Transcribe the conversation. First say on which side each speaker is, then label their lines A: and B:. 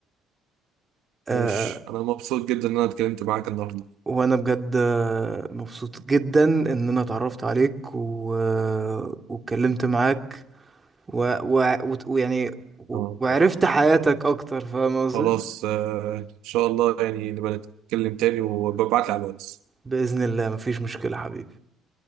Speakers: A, on the right (about 20°); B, on the right (about 80°).
A: آه،
B: ماشي انا مبسوط جدا ان انا اتكلمت معاك النهاردة
A: وانا بجد آه، مبسوط جدا ان انا اتعرفت عليك و... آه، واتكلمت معاك و... و... وت- ويعني و...
B: اه
A: وعرفت حياتك اكتر فاهم قصدي
B: خلاص آه، ان شاء الله يعني نبقى نتكلم تاني وببعت لي على الواتس
A: بإذن الله مفيش مشكلة حبيبي